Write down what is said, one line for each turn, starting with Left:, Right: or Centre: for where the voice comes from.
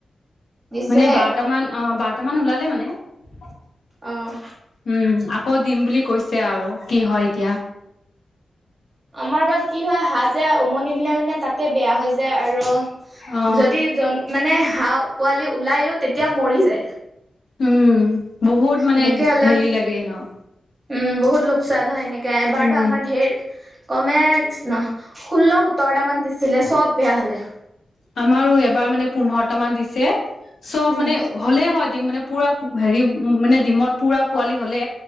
Right: দিছেহে
Left: মানে বাৰটা মান অ, বাৰটা মান ওলালে মানে। উম,
Right: অ'।
Left: আ কৌ দিম বুলি কৈছে আৰু কি হয় এতিয়া।
Right: আমাৰ বা কি হয় হাঁহ যে উমনি দিলে মানে তাতে বেয়া হৈ য যে আৰু
Left: অ
Right: যদি জন মানে হাঁহ পোৱালি ওলাইও তেতিয়া মৰি যায়।
Left: উম, বহুত মানে
Right: সেনেকে হ'লে
Left: হেৰি লাগে ন।
Right: উম, বহুত লোকচান হয় এনেকে এবাৰতো
Left: উম
Right: আমাৰ ঢেৰ কমে ন ষোল্ল সোত্তৰটা মান দিছিলে চব বেয়া হলে।
Left: আমাৰো এবাৰ মানে পোন্ধৰটা মান দিছে চব
Right: উম,
Left: মানে হ'লেই হয় ডিম মানে পুৰা হেৰি উ মানে ডিমত পুৰা পোৱালি হ'লে